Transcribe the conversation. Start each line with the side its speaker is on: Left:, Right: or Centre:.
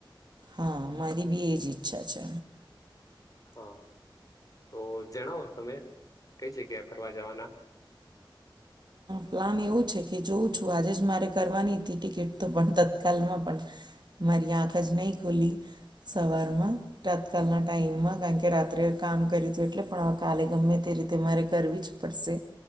Right: હા મારી બી એજ ઈચ્છા છે
Left: હા તો જણાવો તમે કઈ જગ્યા ફરવા જવાના
Right: પ્લાન એવું છે કે જોઉં છું આજે જ મારે કરવાની હતી ટિકિટ તો પણ તત્કાલમાં પણ મારી આંખ જ નહી ખુલી સવારમાં તત્કાલના ટાઈમમાં કારણ કે રાત્રે કામ કરી હતું એટલે પણ કાલે ગમે તે રીતે મારે કરવી જ પડશે